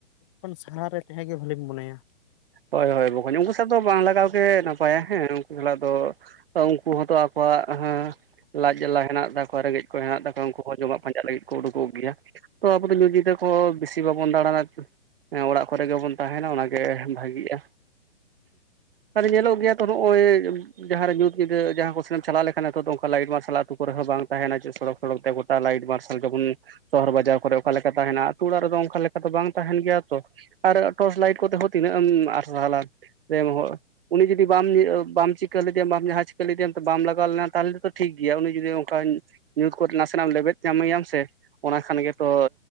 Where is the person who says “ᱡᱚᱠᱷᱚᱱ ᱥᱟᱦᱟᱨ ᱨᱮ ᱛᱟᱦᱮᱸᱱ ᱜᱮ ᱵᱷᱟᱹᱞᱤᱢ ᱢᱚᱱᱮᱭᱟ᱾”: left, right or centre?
Left